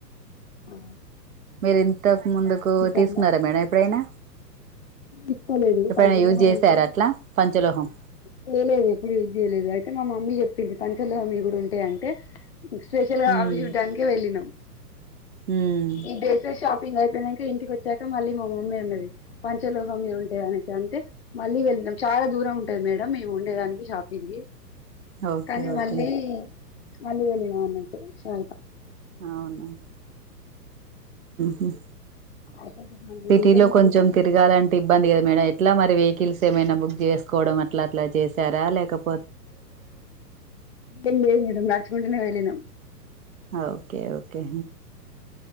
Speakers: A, on the left; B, on the right.
A: ఆ
B: మీరు ఇంతకు ముందుకు తీసుకున్నారా
A: అట్లా
B: మేడం ఎప్పుడైనా
A: తీసుకోలేదు
B: ఎప్పుడైనా
A: పంచలోహానికి
B: యూజ్ చేసారుా అట్లా పంచలోహం
A: చేయలేదు ఎప్పుడు యూజ్ చేయలేదు అయితే మా మమ్మీ చెప్పింది పంచలోహం ఇ కూడా ఉంటాయి అంటే స్పెషల్గా హాబీ
B: ఉమ్
A: చూడ్డానినికి వెళ్ళినాం
B: ఉమ్
A: ఈ డెసర్ షాప్ అయిపోయినాక ఇంటికి వచ్చాక మళ్ళీ మా మమ్మీ అన్నవి పంచలోహం ఏమింటా అని అంటే మళ్ళీ వెళ్ళినం చాలా దూరం ఉంటది మేడం మేము ఉండేదానికి షాపింగ్ కి
B: ఓకే
A: కానీ
B: ఓకే
A: మళ్ళీ మాలి వెళ్లి నా అన్నంటటు శా
B: అవునమ్ హు
A: అయితే దాంట్లో
B: సిటీలో
A: డిజైన్స్
B: కొంచెం
A: అంటే
B: తిరగాలంటే, ఇబ్బంది కదా మేడం ఎట్లా మరి వే కిల్స్ ఏమైనా బుక్ చేసుకోవడం అట్లా అట్లా చేసారా లేకపో
A: లెద్ మేడం నడుచకుంటనే వెళ్ళిన
B: ఓకే ఓకే